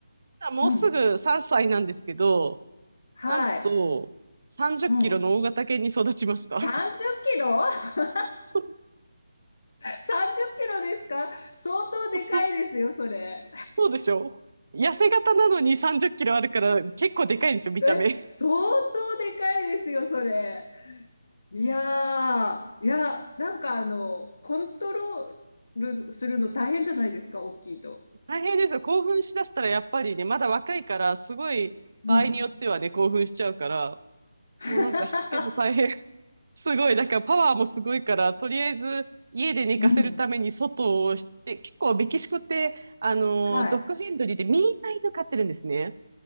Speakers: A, on the right; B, on the left.
A: ただもうすぐ3歳なんですけど、
B: うん、はい、
A: なんと、30キロの大型犬に育ちました。
B: うん。30キロ
A: <laughs>
B: <laughs>
A: そう
B: ?30 キロですか相当でかいですよ、
A: そうそう、
B: それ。
A: そうでしょ痩せ型なのに30キロあるから結構でかいんですよ、見た目。
B: え、相当でかいですよ、それ。いやー、いや、なんかあの、コントロールするの大変じゃないですか、大きいと。
A: <laughs> 大変ですよ。興奮しだしたらやっぱりね、まだ若いから、すごい場合によってはね、
B: うん。
A: 興奮しちゃうから、
B: <laughs>
A: もうなんかしつけも大変。すごい。だからパワーもすごいから、とりあえず家で寝かせるために外をして、
B: うん。
A: 結構メキシコって、あのドッグフレンドリーでみんな犬飼ってるんですね。
B: はい。